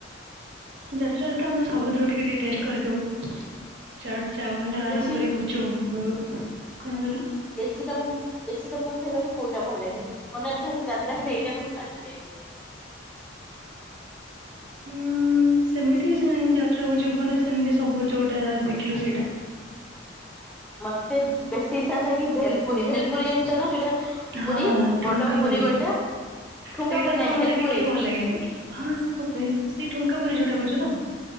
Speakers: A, on the right; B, in the centre.
A: ଯାତ୍ରାରେ ତ ଆମେ ସବୁଥିରୁ ଟିକେ ଟିକେ ଟେଷ୍ଟ କରିଦଉ ଚାଟ ଚାଓମିନ ଠାରୁ
B: ବେଶୀ
A: ଆରମ୍ କରିକ ଗୁପଚୁ କଣ କହିଲ?
B: ବେଶୀ ତମକୁ ବେଶୀ ତମକୁ ଖାଇବାକୁ କୋଉଟା ଭଲ ଲାଗେ? ମନେ ଯାତ୍ରା ହେଲେ ମୁ ଏଇଟା ମୁ ଫାଷ୍ଟ ଖାଇବି।
A: ହୁଁ। ସେମିତି କିଛି ନାହିଁ ଯାତ୍ରାକୁ ଯିବୁ ମାନେ ସେମିତି ସବୁ ଯୋଉଟା ଦେଖିଲୁ ସେଇଟା
B: ମତେ ବେଶୀ ଇଚ୍ଛା ଥାଏ। କି ଭେଲପୁରୀ ଭେଲପୁରୀ ଜଣିଛ ନା? ଯୋଉଟା
A: ହଁ
B: ପୁରୀ
A: ଠୁମକାପୁରି
B: ବଡ ପୁରୀ ଗୋଟେ ଠୁଙ୍କା
A: ସେଇଟା
B: ପୁରୀ ନାଇଁ
A: ତ ମତେ
B: ଭେଲପୁରୀ।
A: ଟିକେ ଭଲ ଲାଗେନି। ହଁ ସେ ଭେଲ୍ ସେ ଠୁଙ୍କା ପରି ଯୋଉଟା କରୁଛ ତ